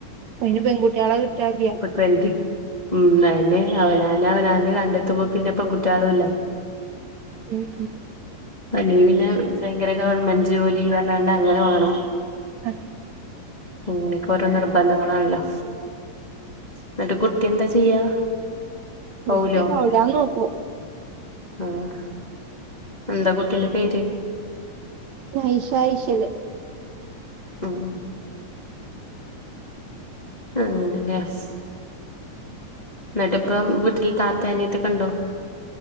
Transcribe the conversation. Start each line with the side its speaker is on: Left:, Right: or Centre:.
Right: അയിന് പെൺകുട്ടികളെ കിട്ടാല്യാ
Left: <unintelligible> ഉം അഹനെ അവനാന്റെ അവനാണ് കണ്ടെത്തുമ്പോ പിന്നെ പെൺകുട്ടികളുംല്ല
Right: ഉം ഉം
Left: അല്ലെങ്കി പിന്നെ ഭയങ്കര ഗവൺമെന്റ് ജോലി പറഞ്ഞാണ്ട് അങ്ങനെ വാണം
Right: ആഹ്
Left: അങ്ങനെയൊക്കെ ഓരോ നിർബന്ധങ്ങളാണല്ലോ ഇന്നട്ട് കുട്ടിന്താ ചെയ്യാ
Right: കുട്ടി
Left: പോവൂലോ
Right: കൗലാന് നോക്കും
Left: ആഹ് എന്താ കുട്ടീന്റെ പേര്
Right: ഐഷ ഇശൽ
Left: ഉം അങ്ങനെ <unintelligible> ഇന്നട്ട് ഇപ്പം വീട്ടില് താത്തേം അനിയത്തിയൊക്കെണ്ടോ